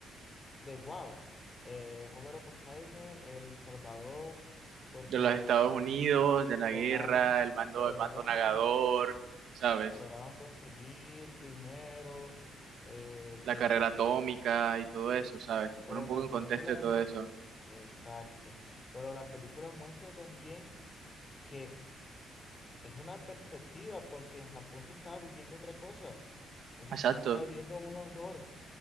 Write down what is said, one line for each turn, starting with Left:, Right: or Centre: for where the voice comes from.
Left: de wow, eh, Robert Oppenheimer, El Salvador, porque
Right: de los Estados Unidos, de la
Left: lograron,
Right: guerra, el bando,
Left: lograron,
Right: el bando nagador,
Left: cons-
Right: ¿sabes?
Left: lograron conseguir primero, eh,
Right: La
Left: pero,
Right: carrera atómica y todo eso, ¿sabes? Te pone
Left: pero
Right: un poco
Left: la
Right: en contexto
Left: película
Right: de
Left: muestra,
Right: todo eso.
Left: exacto, pero la película muestra también que es una perspectiva, porque en Japón se estaba viviendo otra cosa, en Japón
Right: Exacto,
Left: se estaba viviendo un horror.